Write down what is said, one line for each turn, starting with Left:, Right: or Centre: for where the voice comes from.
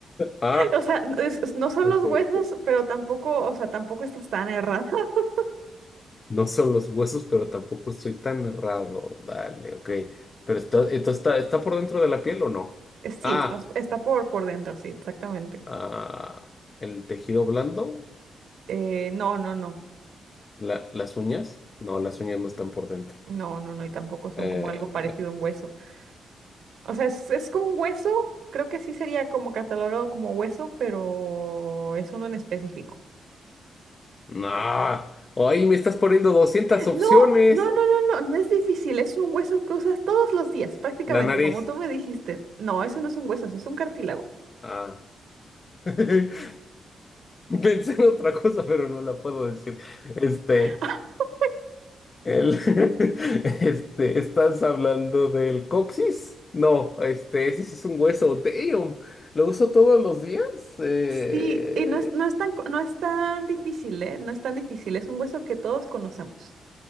Left: Ah,
Right: o sea, no es- es- no son
Left: ok,
Right: los huesos,
Left: ok.
Right: pero tampoco, o sea, tampoco estás tan errada. <laughs>
Left: No son los huesos, pero tampoco estoy tan errado. Dale, ok. Pero está, esto está, ¿está por dentro de la piel o no?
Right: Es- Sí,
Left: Ah,
Right: estás, está por, por dentro, sí, exactamente.
Left: ah, el tejido blando,
Right: Eh, no, no, no,
Left: la- las uñas. No, las uñas no están por dentro.
Right: no, no, no, y tampoco son
Left: Eh,
Right: como algo parecido a un hueso. O sea, es, es con hueso, creo que sí sería como catalogado como hueso, pero es uno en específico.
Left: no. Ay, me estás poniendo 200 opciones.
Right: No, no, no, no, no, no es difícil, es un hueso que usas todos los días, prácticamente,
Left: La nariz.
Right: como tú me dijiste. No, eso no es un hueso, eso es un cartílago.
Left: Ah. <laughs> Pensé en otra cosa, pero no la puedo decir. Este.
Right: <laughs>
Left: El, <laughs> este, ¿estás hablando del coxis? No, este, ese sí es un hueso. Damn, lo uso todos los días. Eh,
Right: Sí, y no es, no es tan, co- no es tan difícil, ¿eh? No es tan difícil. Es un hueso que todos conocemos.